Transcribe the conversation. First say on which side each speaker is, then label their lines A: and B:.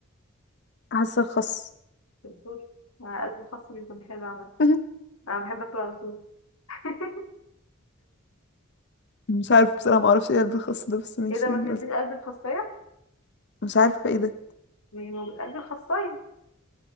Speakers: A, on the left; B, on the left.
A: حاسة الخس
B: بالدور مع قلب الخاص بيكون حلو عامة
A: <laughs>
B: أنا بحب أكله على طول <laughs>
A: مش عارفة بصراحة معرفش ايه قلب الخس ده بس ماشي
B: إيه ده ما
A: يعني
B: كاتبين
A: قلت
B: قلب الخاصية؟
A: مش عارفة ايه ده
B: يعني ما بال- قلب الخاصية